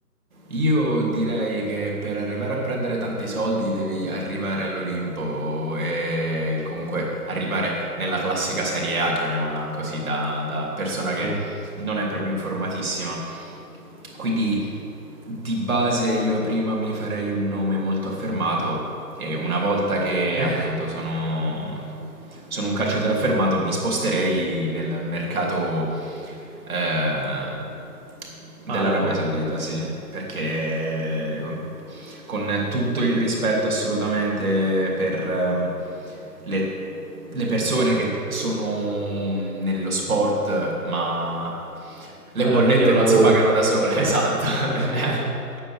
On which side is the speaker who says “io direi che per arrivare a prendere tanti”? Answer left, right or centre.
Right